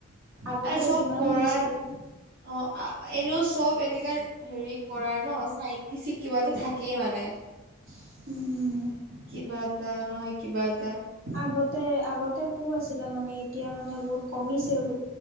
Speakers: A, on the right; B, on the right.
A: আগতে
B: আৰু চব
A: যিমান
B: কৰাৰ
A: হৈছিলে
B: অ এনে শক এনেকাা হেৰি কৰাৰ ন চাইটিফিক কিবাতটো থাকেই মানে
A: উম হম
B: কিবা এটা নহয় কিবা এটা
A: আগতে আগতে খুব আছিলে মানে এতিয়া মানে বহুত কমিছে হ